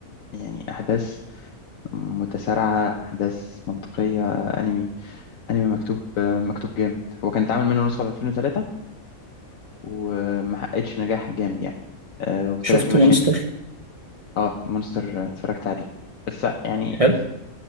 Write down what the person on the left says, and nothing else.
يعني أحداث متسارعة أحداث منطقية أنمي انمي مكتوب آه، مكتوب جامد هو كان اتعمل منه نسخة في 2003 وما حققتش نجاح جامد يعني آه، وطلع
فيه مشاكل
اه مونستر آه، اتفرجت عليه بس آه، يعني